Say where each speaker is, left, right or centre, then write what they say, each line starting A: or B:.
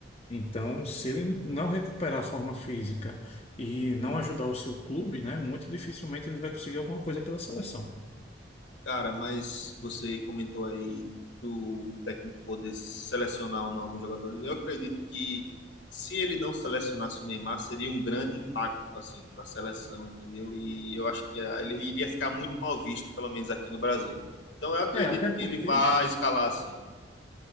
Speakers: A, on the left (about 35°); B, on the left (about 70°).
A: Então, se ele não recuperar a forma física e não ajudar o seu clube, né, muito dificilmente ele vai conseguir alguma coisa pela seleção.
B: Cara, mas você comentou aí do técnico poder selecionar ou não alguns jogadores. Eu acredito que se ele não selecionasse o Neymar, seria um grande impacto assim para a seleção, entendeu? E eu acho que ah, ele iria ficar muito mal visto, pelo menos aqui no Brasil. Então eu acredito
A: É, até porque
B: que ele vai escalar assim.